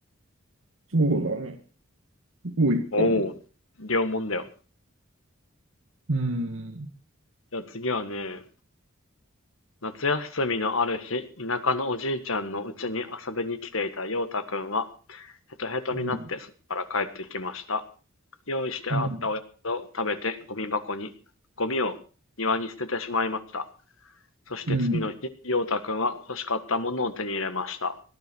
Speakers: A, on the right; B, on the left.
A: そうだね。多いかも。
B: おお、両んだよ。
A: うん。
B: じゃあ次はね、夏休みのある日、田舎のおじいちゃんの家に遊びに来ていた陽太くんは、ヘトヘトになってそこから帰ってきました。
A: うん。
B: 用意してあったおやつを食べて、
A: うん。
B: ゴミ箱に、ゴミを庭に捨ててしまいました。そして次の日、
A: うん
B: ヨータんは欲しかったものを手に入れました。